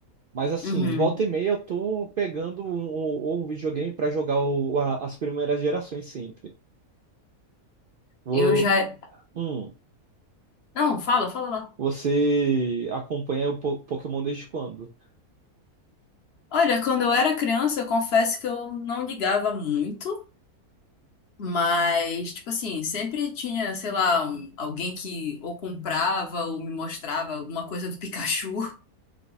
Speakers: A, on the right; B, on the left.
A: Mas assim,
B: Uhum.
A: volta e meia eu tô pegando um, um- um videogame pra jogar o- a- as primeiras gerações sempre. Vou,
B: Eu já.
A: hum,
B: Não, fala, fala lá.
A: você acompanha o Po- Pokémon desde quando?
B: Olha, quando eu era criança, eu confesso que eu não ligava muito. Mas, tipo assim, sempre tinha, sei lá, um- alguém que ou comprava ou me mostrava alguma coisa do Pikachu.